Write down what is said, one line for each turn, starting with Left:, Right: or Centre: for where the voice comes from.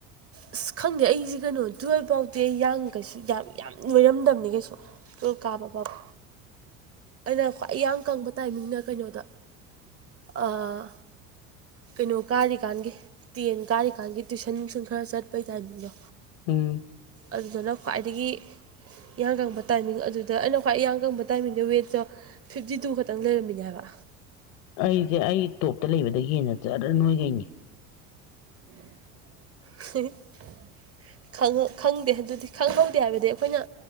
Right: ꯑꯁ ꯈꯪꯗꯦ ꯑꯩꯁꯦ ꯀꯩꯅꯣ ꯇꯨꯌꯦꯜꯐ ꯐꯥꯎꯗꯤ ꯑꯩ ꯌꯥꯡ ꯀꯩꯁꯨ ꯌꯥꯝ ꯌꯥꯝ ꯅꯣꯏꯔꯝꯗꯕꯅꯤ ꯀꯩꯁꯨ ꯇꯨꯋꯦꯜꯕ ꯀꯥꯕꯕꯥꯎ ꯑꯩꯅ ꯈ꯭ꯋꯥꯏ ꯌꯥꯡ ꯀꯪꯕ ꯇꯥꯏꯃꯤꯡꯅ ꯀꯩꯅꯣꯗ ꯑꯥ ꯀꯩꯅꯣ ꯀꯥꯔꯤꯀꯥꯟꯒꯤ ꯇꯦꯟ ꯀꯥꯔꯤꯀꯥꯟꯒꯤ ꯇꯨꯏꯁꯟ ꯅꯨꯡꯁꯟ ꯈꯔ ꯆꯠꯄꯩ ꯇꯥꯏꯃꯤꯡꯗꯣ
Left: ꯎꯝ
Right: ꯑꯗꯨꯗꯅ ꯈ꯭ꯋꯥꯏꯗꯒꯤ ꯌꯥꯡ ꯀꯪꯕ ꯇꯥꯏꯃꯤꯡ ꯑꯗꯨꯗ ꯑꯩꯅ ꯈ꯭ꯋꯥꯏ ꯌꯥꯡ ꯀꯪꯕ ꯇꯥꯏꯃꯤꯡꯗ ꯋꯦꯠ ꯐꯤꯞꯇꯤ ꯇꯨ ꯈꯇꯪ ꯂꯩꯔꯝꯃꯤꯅꯦ ꯍꯥꯏꯕ
Left: ꯑꯩꯁꯦ ꯑꯩ ꯇꯣꯞꯇ ꯂꯩꯕꯗꯒꯤ ꯍꯦꯟꯅ ꯖꯔ ꯅꯣꯏꯒꯩꯅꯦ
Right: <unintelligible> ꯈꯪ ꯈꯪꯗꯦ ꯑꯗꯨꯗꯤ ꯈꯪꯍꯧꯗꯦ ꯍꯥꯏꯕꯗꯤ ꯑꯩꯈꯣꯏꯅ